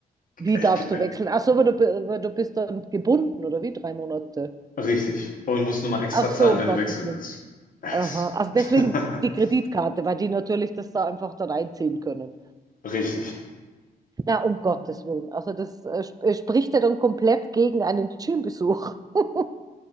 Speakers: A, on the right; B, on the left.
A: Wie
B: ich-
A: darfst
B: äh,
A: du wechseln? Ach so, aber du, bi- aber du bist dann gebunden, oder wie? Drei Monate.
B: Richtig. Und musst nur mal extra
A: Ach
B: zahlen,
A: so, um
B: wenn
A: Gottes
B: du wechseln
A: Willen.
B: willst. Es-
A: Aha. Also deswegen
B: <laughs>
A: die Kreditkarte, weil die natürlich das da einfach dann einziehen können.
B: Richtig.
A: Na, um Gottes Willen. Also das äh, sp äh, spricht ja dann komplett gegen einen Gymbesuch. <laughs>